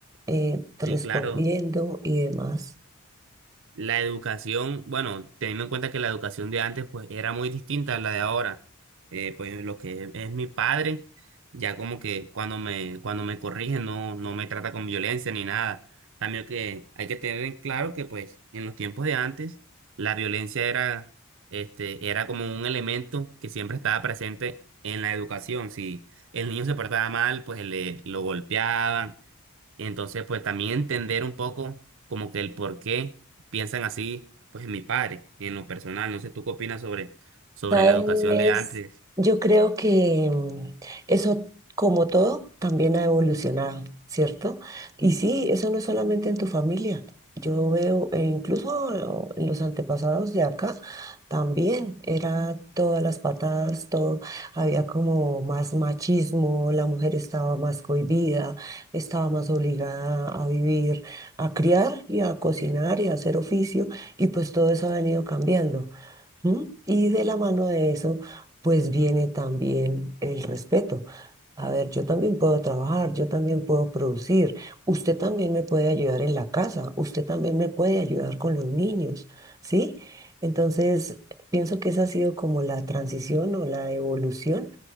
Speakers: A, on the right (about 15°); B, on the right (about 60°).
A: Eh, respondiendo
B: Sí, claro.
A: y demás.
B: La educación, bueno, teniendo en cuenta que la educación de antes pues era muy distinta a la de ahora. Eh, pues lo que es, es mi padre, ya como que cuando me, cuando me corrige no, no me trata con violencia ni nada. Cambio que hay que tener en claro que pues en los tiempos de antes la violencia era, este, era como un elemento que siempre estaba presente en la educación. Si el niño se portaba mal, pues le, lo golpeaban y entonces, pues también entender un poco como que el por qué piensan así, pues en mi padre y en lo personal. No sé, ¿tú qué opinas sobre, sobre
A: Sabes,
B: la educación de antes?
A: yo creo que mm, eso, como todo, también ha evolucionado, ¿cierto? Y sí, eso no es solamente en tu familia. Yo veo, eh, incluso en los antepasados de acá, también era todas las patadas, todo, había como más machismo, la mujer estaba más cohibida, estaba más obligada a vivir, a criar y a cocinar y a hacer oficio, y pues todo eso ha venido cambiando. ¿Mm? Y de la mano de eso, pues viene también el respeto. A ver, yo también puedo trabajar, yo también puedo producir, usted también me puede ayudar en la casa, usted también me puede ayudar con los niños, ¿sí? Entonces, pienso que esa ha sido como la transición o la evolución